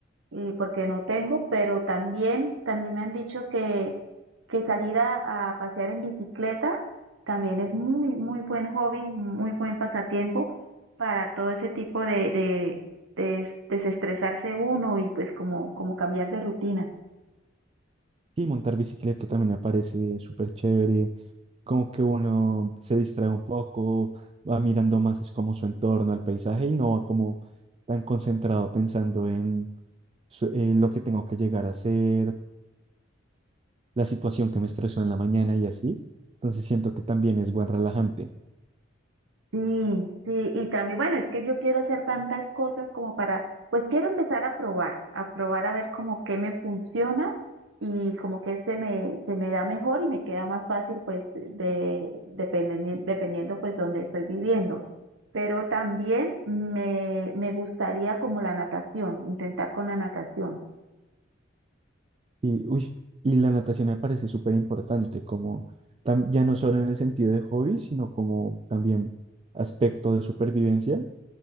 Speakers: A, on the right; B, on the right.
A: y porque no tengo, pero también, también me han dicho que, que salir a, a pasear en bicicleta también es muy, muy buen hobby, muy buen pasatiempo para todo ese tipo de, de, de des- desestresarse uno y pues como, como cambiar de rutina.
B: Y montar bicicleta también me parece súper chévere, como que uno se distrae un poco, va mirando más es como su entorno, el paisaje y no va como tan concentrado pensando en su- eh, lo que tengo que llegar a hacer, la situación que me estresó en la mañana y así. Entonces siento que también es buen relajante.
A: Sí, sí, y también, bueno, es que yo quiero hacer tantas cosas como para, pues quiero empezar a probar, a probar a ver como qué me funciona y como que se me, se me da mejor y me queda más fácil pues de, dependiendo, dependiendo pues donde estoy viviendo. Pero también me, me gustaría como la natación, intentar con la natación.
B: Y, uy, y la natación me parece súper importante, como tam- ya no solo en el sentido de hobby, sino como también aspecto de supervivencia.